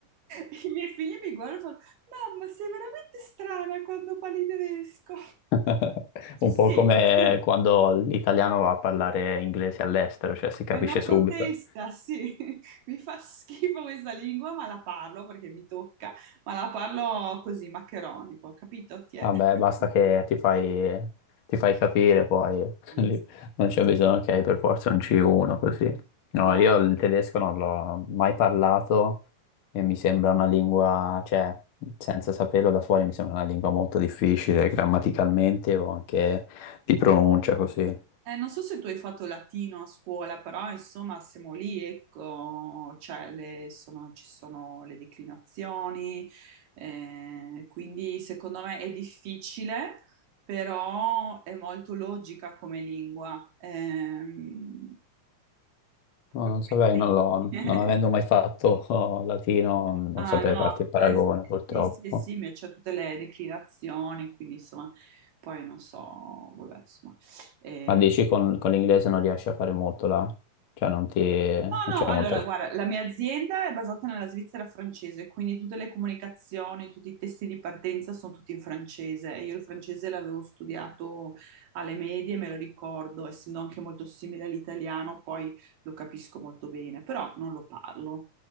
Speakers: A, on the right; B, on the left.
A: i miei figli mi guardano e fanno, Mamma, sei veramente strana quando parli tedesco.
B: <laughs> Un po'
A: Sì,
B: come
A: sì,
B: quando l'italiano va a parlare inglese all'estero, cioè si capisce
A: è una protesta,
B: subito.
A: sì. <laughs> Mi fa schifo questa lingua, ma la parlo perché mi tocca, ma la parlo così, maccheronico, capito? Ti
B: Vabbè,
A: è? <laughs>
B: basta che ti fai, ti fai capire poi, <laughs>
A: Sì,
B: lì
A: sì,
B: non
A: mi faccio-
B: c'è bisogno che hai per forza un C1 così. No,
A: No,
B: io il
A: no.
B: tedesco non l'ho mai parlato e mi sembra una lingua, cioè, senza saperlo da fuori mi sembra una lingua molto difficile grammaticalmente o anche di pronuncia così.
A: Eh, non so se tu hai fatto latino a scuola, però insomma siamo lì, ecco, cioè, le- sono- ci sono le declinazioni, eh, quindi secondo me è difficile, però è molto logica come lingua. ehm,
B: No,
A: proprio
B: non
A: come
B: saprei, non l'ho,
A: i tedeschi.
B: non avendo mai
A: <laughs>
B: fatto <laughs> oh, latino, non
A: Ah
B: saprei
A: no,
B: farti il paragone
A: eh,
B: purtroppo.
A: sì, sì, sì, mi c'è tutte le declinazioni, quindi insomma, poi non so, vabbè, insomma. Eh,
B: Ma dici con, con l'inglese non riesci a fare molto là? Cioè non ti, non
A: no,
B: c'è
A: no, allora,
B: molta...
A: guarda, la mia azienda è basata nella Svizzera francese, quindi tutte le comunicazioni, tutti i testi di partenza sono tutti in francese e io il francese l'avevo studiato alle medie, me lo ricordo, essendo anche molto simile all'italiano, poi lo capisco molto bene, però non lo parlo.